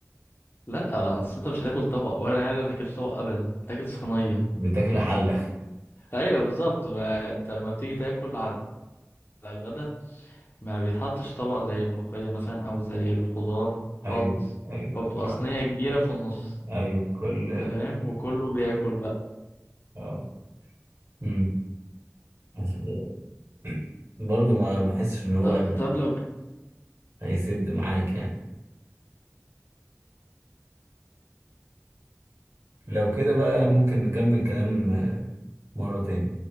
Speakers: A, on the left; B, on the right.
A: لا آه، اصل انت مش هتاكل طبق ورق العنب ده ما بتاكلش طبق ابدا تاكل صينية
B: <laughs> بتاكل حلة
A: ايوه بالظبط ما انت لما بتيجي تاكل على على الغدا ما بيتحطش طبق زي الملوخية مثلا او زي الخضار خالص
B: أيوه أيوه
A: هو بتبقى
B: الحلة
A: صينية كبيرة في النص
B: أيوه كل
A: انت فاهم وكله بياكل بقى
B: آه. أمم. بس برضه ما بحسش إن هو
A: ط- طب لو
B: هيسد معاك يعني لو كده بقى ممكن نكمل كلام مرة تاني